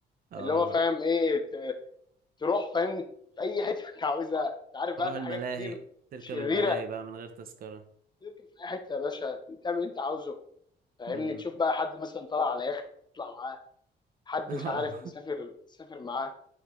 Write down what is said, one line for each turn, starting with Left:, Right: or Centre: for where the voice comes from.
Right: اه
Left: اللي هو فاهم ايه ت- تروح فاهم في اي حته انت عاوزها انت عارف
Right: تروح
Left: بقى في
Right: الملاهي
Left: حاجات كتير
Right: تركب
Left: شريره
Right: الملاهي بقى من غير تذكرة
Left: تركب في اي حته يا باشا تعمل اللي انت عاوزه فاهمني
Right: امم
Left: تشوف بقى حد مثلا طلع على يخت تطلع معاه حد
Right: <laughs>
Left: مش عارف مسافر
Right: اه
Left: تسافر معاه